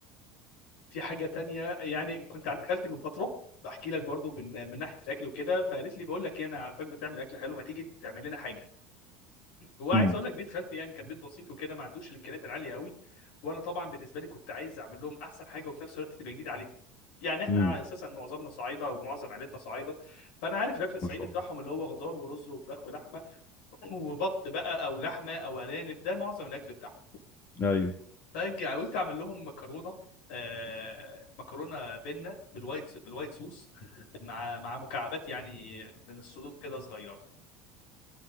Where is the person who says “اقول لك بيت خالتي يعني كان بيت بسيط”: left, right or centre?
Left